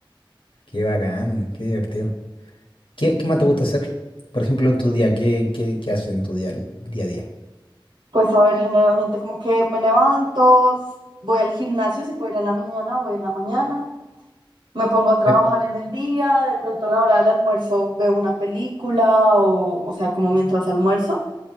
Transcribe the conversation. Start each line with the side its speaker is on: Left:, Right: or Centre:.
Left: Qué bacán, qué divertido. ¿Qué, qué más te gusta hacer? Por ejemplo, en tu día, ¿qué, qué, qué haces en tu día, día a día?
Right: Pues a ver, generalmente como que me levanto, s- voy al gimnasio, si puedo ir en la mañana, voy en la mañana, me pongo a trabajar
Left: Sí.
Right: en el día, de pronto a la hora del almuerzo veo una película o, o sea, como mientras almuerzo.